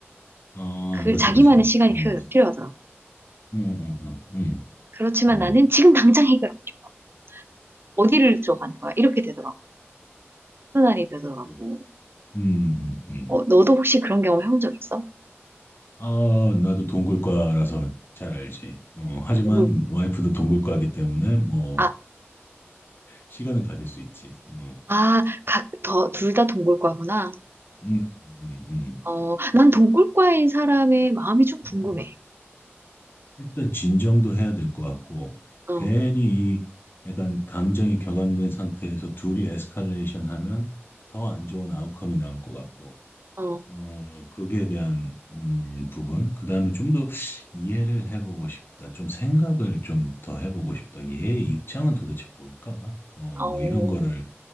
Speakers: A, on the left; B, on the right.
A: 아,
B: 그
A: 그렇지,
B: 자기만의
A: 그렇지. 어,
B: 시간이
A: 음,
B: 필요, 필요하더라고.
A: 음, 음, 음,
B: 그렇지만
A: 음,
B: 나는 지금 당장 해결하고 싶어. 어디를 들어가는 거야? 이렇게 되더라고. 순환이 되더라고.
A: 음. 음, 음.
B: 어, 너도 혹시 그런 경험 해본 적 있어?
A: 아, 나도 동굴과라서 잘 알지. 어, 하지만
B: 동굴,
A: 와이프도 동굴과이기 때문에 뭐
B: 아,
A: 시간은 가질 수 있지. 어, 음,
B: 아, 각, 더, 둘 다 동굴과구나.
A: 음, 음,
B: 어, 난 동굴과인 사람의 마음이 좀
A: 음.
B: 궁금해.
A: 음. 일단 진정도 해야 될 것 같고
B: 어,
A: 괜히 이 약간 감정이 격앙된 상태에서 둘이 에스컬레이션 하면 더 안 좋은 아웃컴이 나올 것 같고.
B: 어,
A: 어, 거기에 대한 음, 부분. 그 다음에 좀 더 이해를 해보고 싶다. 좀 생각을 좀 더 해보고 싶다. 얘의 입장은 도대체 뭘까? 어,
B: 어,
A: 뭐 이런 거를